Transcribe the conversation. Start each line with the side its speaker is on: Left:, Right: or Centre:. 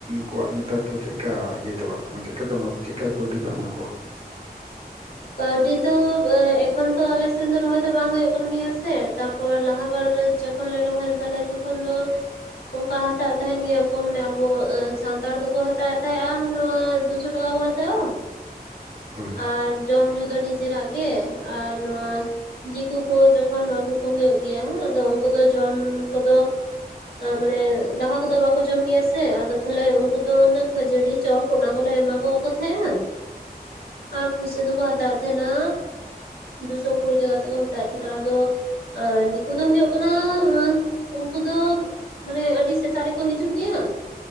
Right: ᱠᱚᱣᱟᱜ ᱱᱮᱛᱟᱨ ᱫᱚ ᱪᱮᱜᱠᱟ ᱤᱭᱟᱹ ᱪᱟᱞᱟᱜ ᱠᱟᱱᱟ ᱪᱮᱜ ᱠᱟ ᱠᱚ ᱮᱢᱟ ᱪᱮᱜᱠᱟ ᱠᱟᱹᱣᱰᱤ ᱯᱮ ᱮᱢᱟ ᱠᱚᱣᱟ?
Left: ᱠᱟᱹᱣᱰᱤ ᱫᱚ ᱮᱠᱷᱚᱱ ᱛᱚ ᱟᱞᱮ ᱥᱮᱱ ᱫᱚ ᱨᱚᱦᱚᱭ ᱫᱚ ᱵᱟᱝ ᱦᱳᱭᱳᱜ ᱠᱟᱱ ᱜᱮᱭᱟ ᱥᱮ ᱛᱟᱯᱚᱨ ᱞᱟᱦᱟ ᱵᱟᱨ ᱨᱮ ᱡᱚᱠ ᱠᱷᱚᱱ ᱞᱮ ᱨᱚᱦᱚᱭ ᱞᱮᱫᱟ ᱞᱮ ᱛᱚᱠᱷᱚᱱ ᱫᱚ ᱚᱝᱠᱟ ᱦᱟᱛᱟᱣᱮᱫ ᱛᱟᱦᱮᱸᱱ ᱜᱮᱭᱟᱹ ᱠᱚ ᱢᱟᱱᱮ ᱟᱵᱚ ᱮᱸ ᱥᱟᱱᱛᱟᱲ ᱫᱚ ᱠᱚ ᱦᱟᱛᱟᱣᱮᱫ ᱛᱟᱦᱮᱸᱜ-ᱟ ᱱᱚᱣᱟ ᱫᱩᱥᱚ ᱴᱟ ᱴᱟᱠᱟ ᱠᱚ ᱦᱟᱛᱟᱣᱟ᱾
Right: ᱦᱳᱭ᱾
Left: ᱟᱨ ᱡᱚᱢ ᱧᱩ ᱫᱚ ᱱᱤᱡᱮ ᱨᱟᱜ ᱜᱮ ᱟᱨ ᱱᱚᱣᱟ ᱫᱤᱠᱩ ᱠᱚ ᱡᱚᱠᱷᱚᱱ ᱟᱹᱜᱩ ᱠᱚ ᱦᱳᱭᱳᱜ ᱜᱮᱭᱟ ᱟᱫᱚ ᱩᱝᱠᱩ ᱫᱚ ᱡᱚᱢ ᱠᱚᱫᱚ ᱟ ᱢᱟᱱᱮ ᱫᱟᱠᱟ ᱠᱚᱫᱚ ᱵᱟᱠᱚ ᱡᱚᱢ ᱜᱮᱭᱟ ᱥᱮ ᱟᱫᱚ ᱛᱷᱟᱞᱮ ᱩᱝᱠᱩ ᱫᱚ ᱚᱱᱟ ᱠᱷᱟᱹᱡᱟᱹᱲᱤ ᱪᱚᱯ ᱚᱱᱟ ᱠᱚᱞᱮ ᱮᱢᱟ ᱠᱚ ᱜᱚᱜᱠ ᱛᱟᱦᱮᱸᱜ-ᱟ
Right: <inaudible>
Left: ᱟ ᱯᱩᱭᱥ ᱛᱮ ᱫᱚ ᱠᱚ ᱦᱟᱛᱟᱣᱮᱜ ᱛᱟᱦᱮᱱᱟᱻ ᱫᱩᱥᱚ ᱠᱩᱲᱤ ᱴᱟᱠᱟ ᱠᱟᱛᱮᱜ ᱠᱚ ᱦᱟᱛᱟᱣᱮᱫ ᱛᱟᱦᱮᱸᱱᱟ, ᱟᱫᱚ ᱟ ᱫᱤᱠᱩ ᱫᱚ ᱦᱩᱭᱩᱜ ᱠᱟᱱᱟᱻ ᱩᱝᱠᱩ ᱫᱚ ᱢᱟᱱᱮ ᱟᱹᱰᱤ ᱥᱮᱛᱟᱜ ᱨᱮᱠᱚ ᱦᱤᱡᱩᱜ ᱜᱮᱭᱟ ᱾